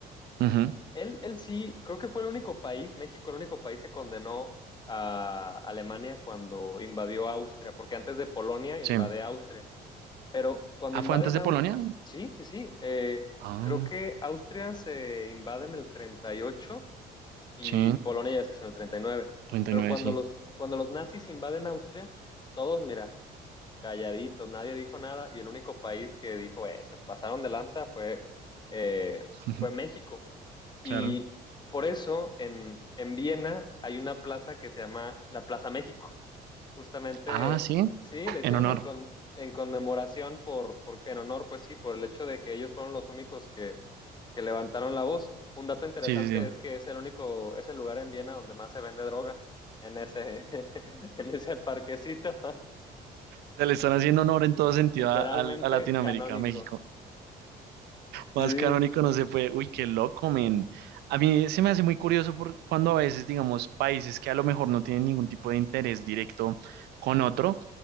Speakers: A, on the right (about 75°); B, on the left (about 25°).
A: ujú,
B: Él, él sí, creo que fue el único país, México, el único país que condenó a Alemania cuando invadió Austria, porque antes de Polonia invade
A: sí.
B: Austria. Pero cuando
A: Ah,
B: invaden
A: ¿fue antes de
B: Austria,
A: Polonia?
B: sí, sí, sí, eh,
A: Ah,
B: creo que Austria se invade en el treinta y ocho y
A: sí.
B: Polonia ya es que es en el 39.
A: treinta
B: Pero
A: y nueve,
B: cuando
A: sí.
B: los, cuando los nazis invaden Austria, todos, mira, calladitos, nadie dijo nada y el único país que dijo, eh, se pasaron de lanza fue, eh,
A: <laughs>
B: fue México. Y
A: Claro.
B: por eso en, en Viena hay una plaza que se llama la Plaza México. Justamente,
A: Ah, sí.
B: sí, la hicieron
A: En honor.
B: en, con- en conmemoración por, por- en honor, pues sí, por el hecho de que ellos fueron los únicos que, que levantaron la voz. Un dato interesante
A: Sí, sí, sí.
B: es que es el único, es el lugar en Viena donde más se vende droga, en ese, <laughs> en ese parquecito, <laughs>
A: O sea, le están haciendo honor en todo sentido
B: literalmente
A: a, a- a Latinoamérica,
B: canónico.
A: a México. Más
B: Sí.
A: canónico no se puede. Uy, qué loco, men. A mí se me hace muy curioso por cuando a veces, digamos, países que a lo mejor no tienen ningún tipo de interés directo con otro,